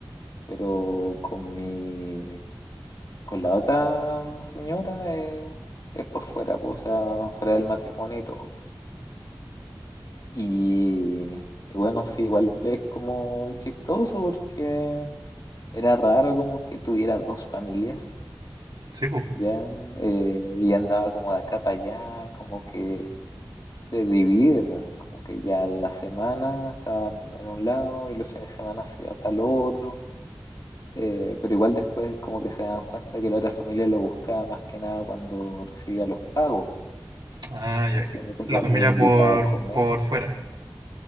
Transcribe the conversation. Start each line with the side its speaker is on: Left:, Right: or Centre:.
Left: pero con mi, con la otra señora eh, es por fuera, pues, o sea, fuera del matrimonio y todo. Y, y bueno, sí, igual es como chistoso porque era raro como que tuviera dos familias
Right: Sí, pues.
Left: ya, eh, y andaba como de acá para allá, como que se divide, po, como que ya la semana estaban en un lado y los fines de semana se iba para el otro, eh, pero igual después como que se dan cuenta que la otra familia lo buscaba más que nada cuando recibía los pagos,
Right: Ah, ya.
Left: y así mi tata
Right: La familia
Left: lo invitaba
Right: por,
Left: a comer,
Right: por fuera.